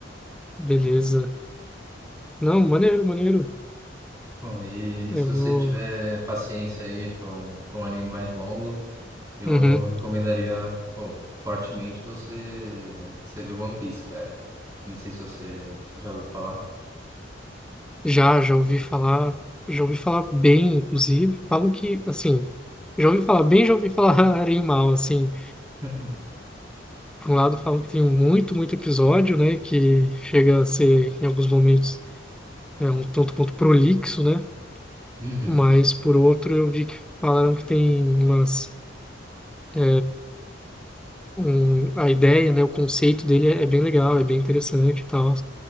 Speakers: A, in the centre; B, on the right.
A: Beleza. Não, maneiro, maneiro.
B: Bom, e
A: Eu
B: se você
A: vou...
B: tiver paciência aí para um, pra um anime mais longo, eu
A: Uhum.
B: recomendaria, pô, fortemente você, você ver One Piece, cara. Não sei se você já ouviu falar.
A: Já, já ouvi falar, já ouvi falar bem, inclusive. Falam que, assim, já ouvi falar bem, já ouvi falar <laughs> em mal, assim.
B: <laughs>
A: Por um lado, falam que tem muito, muito episódio, né? Que chega a ser, em alguns momentos, é, um tanto quanto prolixo, né?
B: Uhum.
A: Mas, por outro, eu vi que falaram que tem umas... é, Um, a ideia, né? O conceito dele é, é bem legal, é bem interessante e tal.